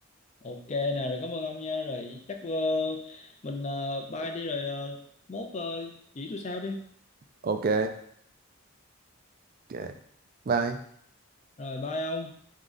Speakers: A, on the left (about 30°); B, on the right (about 40°).
A: ok nè rồi cảm ơn ông nha rồi chắc ờ, mình ờ, bye đi rồi ờ, mốt ờ, chỉ tôi sao đi
B: ok ok bye
A: rồi bye ông